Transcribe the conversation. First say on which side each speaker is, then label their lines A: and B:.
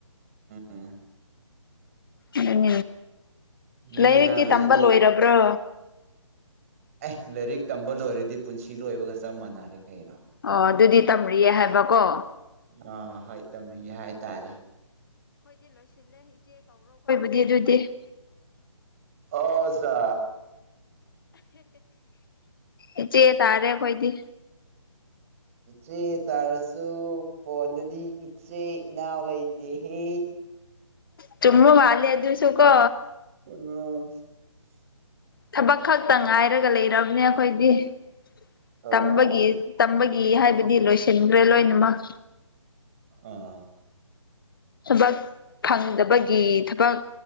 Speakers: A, on the right; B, on the left.
A: ꯎꯝ
B: ꯎꯝ
A: ꯃꯤ
B: ꯂꯥꯏꯔꯤꯛꯀꯤ
A: ꯍꯥꯏꯕꯁꯤꯗꯤ
B: ꯇꯝꯕ ꯂꯣꯏꯔꯕ꯭ꯔꯣ
A: ꯑꯦ ꯂꯥꯏꯔꯤꯛ ꯇꯝꯕ ꯂꯣꯏꯔꯗꯤ ꯄꯨꯟꯁꯤ ꯂꯣꯏꯕꯒ ꯆꯞ ꯃꯥꯟꯅꯔꯦ ꯀꯩꯔꯣ
B: ꯑꯣ ꯑꯗꯨꯗꯤ ꯇꯝꯔꯤꯌꯦ ꯍꯥꯏꯕꯀꯣ
A: ꯑ ꯍꯣꯏ ꯇꯝꯔꯤꯒꯦ ꯍꯥꯏꯇꯥꯔꯦ
B: ꯑꯗꯨ ꯑꯗꯨꯗꯤ
A: ꯑꯣꯁ
B: ꯏꯆꯦ ꯇꯥꯔꯦ ꯑꯩꯈꯣꯏꯗꯤ
A: ꯏꯆꯦ ꯇꯥꯔꯁꯨ ꯍꯣꯟꯗꯗꯤ ꯏꯆꯦ ꯏꯅꯥꯎ ꯂꯩꯇꯦꯍꯦ
B: ꯆꯨꯝꯃ ꯃꯥꯕꯥꯂꯦ ꯍꯥꯏ ꯑꯗꯨꯣꯁꯨꯈ
A: ꯎ
B: ꯊꯕꯛ ꯈꯛꯇ ꯉꯥꯏꯔꯒ ꯂꯩꯔꯕꯅꯦ ꯑꯩꯈꯣꯏꯗꯤꯝꯕꯒꯤꯝꯕꯒꯤ
A: ꯑꯥ
B: ꯤ ꯍꯥꯏꯕꯗꯤ ꯂꯣꯏꯁꯤꯟꯈ꯭ꯔꯦ ꯂꯣꯏꯅꯃꯛ
A: ꯑꯥ
B: ꯊꯕꯛ ꯐꯪꯗꯕꯒꯤ ꯒꯤ ꯊꯕꯛ